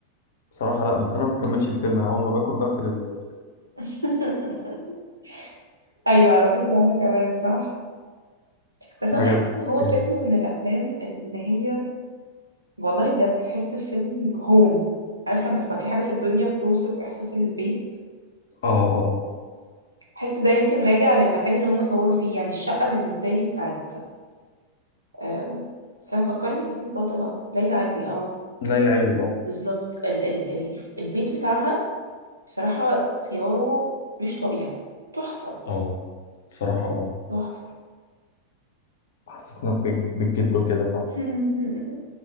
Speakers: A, on the left; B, on the right.
A: بصراحه لا بس انا ما بكملش الفيلم انا اول ما باكل بقفل ال...
B: <laughs> أيوة على فكرة أنا كمان صح بس
A: بجد
B: أنا بحس إن هو
A: يعني
B: فيلم من الأفلام اللي هي والله بجد تحس الفيلم هوم عارف لما تبقى في حاجة في الدنيا بتوصف إحساس البيت
A: اه اه اه
B: بحس ده يمكن راجع للمكان اللي هم صوروا فيه يعني الشقة بالنسبة لي بتاعت آه، استنى فكرني باسم البطلة ليلى علوي اه
A: ليلى علوي اه
B: بالظبط ال ال ال البيت بتاعها بصراحة اختياره مش طبيعي تحفة
A: اه بصراحة اه
B: تحفة
A: حسيتنا بج- بالجد وكده
B: <laughs>